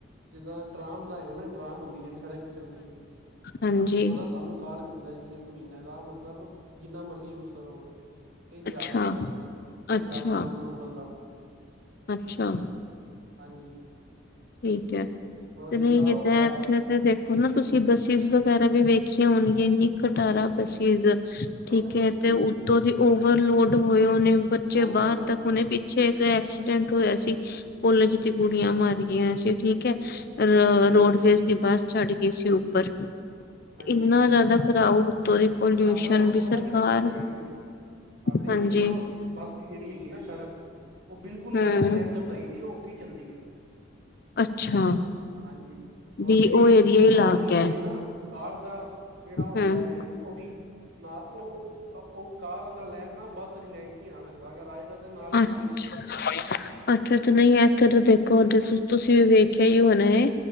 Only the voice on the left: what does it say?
ਹਾਂਜੀ
ਅੱਛਾ
ਅੱਛਾ
ਅੱਛਾ।
ਠੀਕ ਹੈ।
ਤੇ ਨਹੀਂ ਜਿੱਦਾਂ
ਇੱਥੇ ਤੇ ਦੇਖ ਹਨਾ, ਤੁਸੀਂ ਬੱਸਿਸ ਵਗੈਰਾ ਵੀ ਵੇਖੀਆਂ ਹੋਣਗੀਆਂ, ਇੰਨੀ ਖਟਾਰਾ
ਬੱਸਿਸ।
ਠੀਕ
ਹੈ,
ਤੇ ਉਤੋਂ ਦੀ ਓਵਰਲੋਡ ਹੋਏ ਉਹਨੇ ਬੱਚੇ
ਬਾਹਰ
ਤੱਕ
ਉਹਨੇ ਪਿੱਛੇ ਇੱਕ ਐਕਸੀਡੈਂਟ ਹੋਇਆ ਸੀ, ਕੋਲਿਜ ਦੀਆਂ ਕੁੜੀਆਂ ਮਰ ਗਈਆਂ ਸੀ। ਠੀਕ ਅ
ਰੋਡਵੇਜ਼
ਦੀ ਬੱਸ ਛੱਡ ਗਈ ਸੀ ਉੱਪਰ।
ਇੰਨਾ
ਜ਼ਿਆਦਾ ਕਰਾਊਡ ਉੱਤੋਂ ਦੀ, ਪੋਲਿਊਸ਼ਨ
ਵੀ ਸਰਕਾਰ
ਹਾਂਜੀ
ਹਮ
ਅੱਛਾ।
ਵੀ
ਉਹ ਏਰੀਆ ਹੀ
ਅਲੱਗ
ਹਮ
ਅੱਛਾ।
ਅੱਛਾ ਅੱਛਾ, ਨਹੀਂ ਐਥੇ ਤੇ ਦੇਖੋ ਦੇ ਤੁਸੀਂ ਵੀ ਵੇਖਿਆ ਹੀ ਹੋਣਾ ਏ।